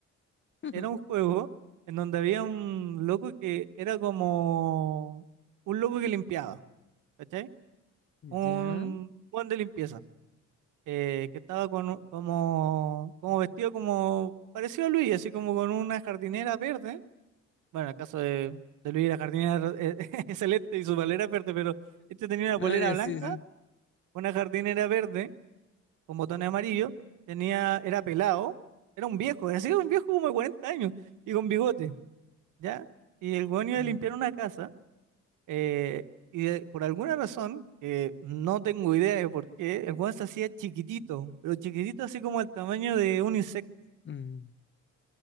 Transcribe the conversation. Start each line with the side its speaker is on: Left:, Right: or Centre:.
Left: <laughs>
Right: Era un juego en donde había un loco que era como un loco que limpiaba, ¿cachai? Un
Left: ¿Ya?
Right: Juan de limpieza, eh, que estaba con, un- como, como vestido como parecido a Luis, así como con una jardinera verde. Bueno, en el caso de, de Luis la jardinera eh, <laughs> es celeste y su polera verde, pero este tenía una
Left: Nadie,
Right: polera blanca,
Left: sí, sí.
Right: una jardinera verde con botones amarillos, tenía, era pelado, era un viejo, era así un viejo como de 40 años y con bigote. ¿ya? Y el weón iba
Left: Ya.
Right: a limpiar una casa, eh, y de- por alguna razón, que no tengo idea de por qué, el weón se hacía chiquitito, pero chiquitito así como el tamaño de un insecto.
Left: Mm.